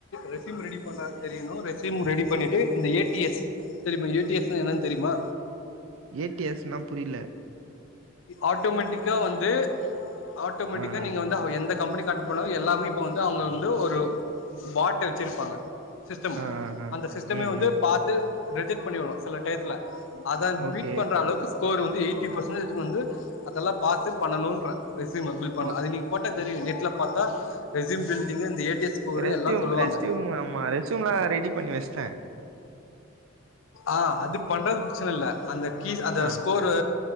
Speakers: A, on the left; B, on the right.
A: ரெஸ்யூம் ரெடி பண்ண தெரியணும் ரெஸ்யூம் ரெடி பண்ணிட்டு இந்த ஏ டி எஸ் தெரியுமா ஏ டி எஸ்னா என்னன் தெரிமா
B: ஏ டி எஸ் னா புரியில
A: ஆட்டோமெட்டிக்கா வந்து ஆட்டோமெட்டிக்கா
B: ஆ, ஆ.
A: நீங்க வந்து எந்த கம்பெனிக்கார்ட்டு போனாலும் எல்லாமே இப்ப வந்து அவங்க வந்து ஒரு பாட்ட வெச்சிருப்பாங்க சிஸ்டம்
B: ஆ, ஆ, ஆ.
A: அந்த சிஸ்டமே
B: ம்,
A: வந்து
B: ம்.
A: பாத்து ரிஜெக்ட் பண்ணிவிரும் சில டைத்துல அதா
B: ஓ ஓகே.
A: பீட் பண்ற அளவுக்கு ஸ்கோர் வந்து எயிட்டி பர்சன்டேஜ் வந்து அதெல்லா பாத்து பண்ணணும்ன்ற ரெஸ்யூம்ம பில் பண்ண
B: ஓக்
A: அது நீங்க போட்ட தெரியும் நெட்ல பாத்தா ரெஸ்யூம் பில்டிங்க இந்த ஏ டி எஸ் ஸ்கோரு
B: ரெஸ்ட்டியும்
A: எல்லா சொல்லுவாங்க
B: ரெஸ்ட்டியும் ஆமா ரெஸ்யூம்லா ரெடி பண்ணி வஷ்ட்ட
A: ஆ அது பண்றது பிரச்சன இல்ல அந்த கீர் அந்த
B: ஆ,
A: ஸ்கோரு